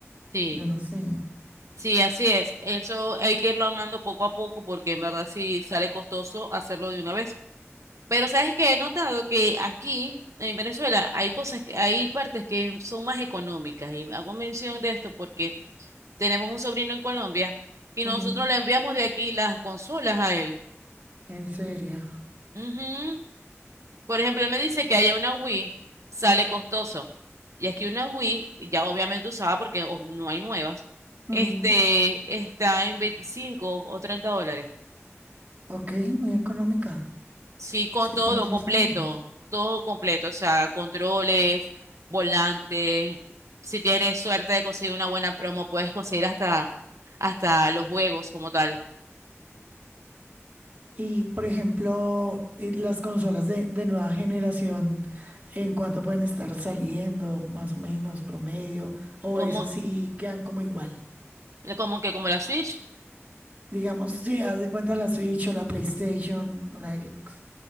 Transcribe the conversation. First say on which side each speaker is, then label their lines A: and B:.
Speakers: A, on the right; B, on the right.
A: Sí,
B: Yo no sé.
A: sí, así es. Eso hay que irlo armando poco a poco porque en verdad sí sale costoso hacerlo de una vez. Pero sabes que he notado que aquí en Venezuela hay cosas que, hay partes que son más económicas y hago mención de esto porque tenemos un sobrino en Colombia y
B: Ajá.
A: nosotros le enviamos de aquí las consolas a él.
B: En serio.
A: Ujú. Por ejemplo, él me dice que haya una Wii, sale costoso. Y es que una Wii, ya obviamente usada porque o- no hay nuevas,
B: Ujú.
A: este, está en 25 o 30 dólares.
B: Ok, muy económica.
A: Sí, con
B: Sí,
A: todo
B: tienes razón.
A: completo, todo completo, o sea, controles, volante. Si tienes suerte de conseguir una buena promo, puedes conseguir hasta, hasta los juegos como tal.
B: Y, por ejemplo, eh, las consolas de, de nueva generación, ¿en cuánto pueden estar saliendo, más o menos, promedio? ¿O
A: Como,
B: es así, quedan como igual?
A: como que como la Switch.
B: Digamos, si haz de cuenta la Switch o la PlayStation o la Xbox.